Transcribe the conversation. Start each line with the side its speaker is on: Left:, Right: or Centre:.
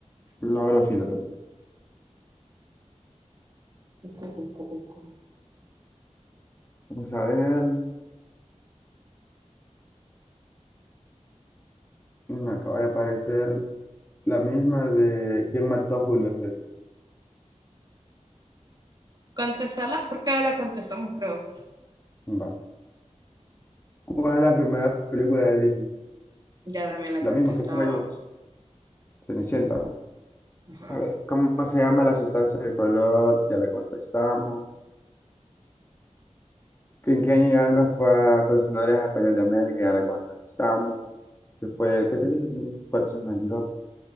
Left: Clorofila, perdón.
Right: Ucu, ucu, ucu.
Left: Vamos a ver, me acaba de aparecer la misma de ¿Quién mató a Julio César?
Right: Contestarla porque ya la contestamos, creo.
Left: Va. ¿Cuál es la primera película de Disney?
Right: Ya también la
Left: La
Right: contestaba.
Left: misma que pongo yo, Cenicienta. ¿no?
Right: Ajá.
Left: ¿Sabe cómo se llama la sustancia del color? Ya le contestamos. ¿En qué año llegaron los pa- colonizadores españoles de América? Ya le contestamos. Después, ¿qué te dije? 1492.